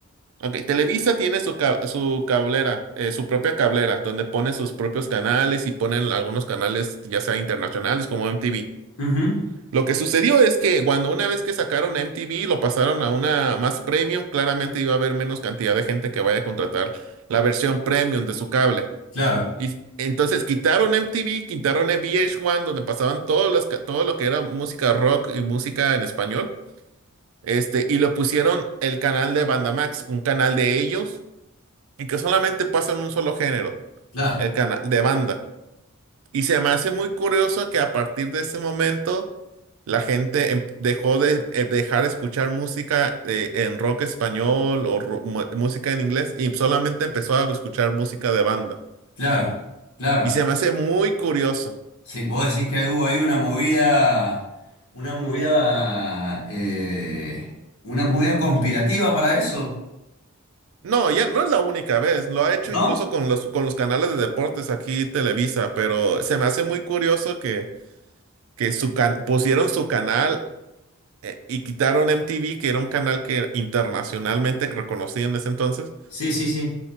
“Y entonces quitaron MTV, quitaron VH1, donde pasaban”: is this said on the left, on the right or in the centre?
Right